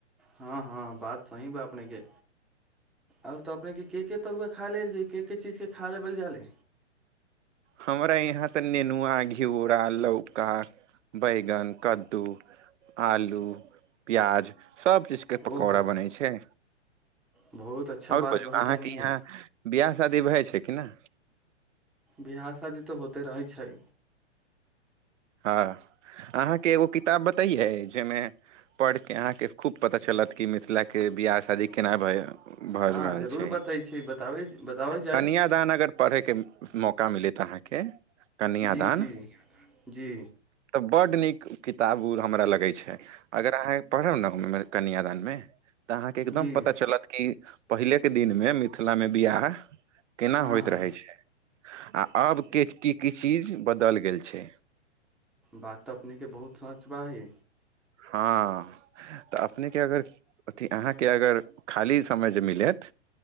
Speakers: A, in the centre; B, on the right.
A: हँ हँ बात सही बा अपनेके आओर तऽ अपनेके के के तरुआ खा लेल जे के के चीजके खा लेबल जा ले
B: हमरा यहाँ तऽ नेनुआ घिउरा लौका बैगन कद्दू आलू प्याज सब चीज के पकौड़ा
A: ओहो
B: बनै छै
A: बहुत अच्छा
B: आओर
A: बात
B: बाजू
A: कहै छनि
B: अहाँके
A: हे
B: यहाँ बियाह शादी भै छै केना
A: बिवाह शादी तऽ होते रहै छै
B: हँ अहाँके एगो किताब बतैयै जाहिमे पढ़ि कऽ अहाँके खूब पता चलत कि मिथिलाके बियाह शादी केना भइ भर
A: हँ
B: रहल
A: जरूर
B: छै
A: बतै छी बताबै बताबै जाइ
B: कन्यादान अगर पड़है के मौक का मिलत अहाँके कन्यादान
A: जी जी यैह बात जी
B: तऽ बड्ड नीक किताब उ हमरा लगै छै अगर अहाँ पढ़ब न ओहि मे कन्यादान मे तऽ अहाँके एकदम
A: जी
B: पता चलत कि पहिले के दिन मे मिथिला मे वियाह केना
A: हँ
B: होइत
A: हँ
B: रहै छै आ अब के की की चीज बदल गेल छै
A: बात तऽ अपने के बहुत सच बा ही
B: हँ तऽ अपनेके अगर अथी अहाँके अगर खाली समय जे मिलेत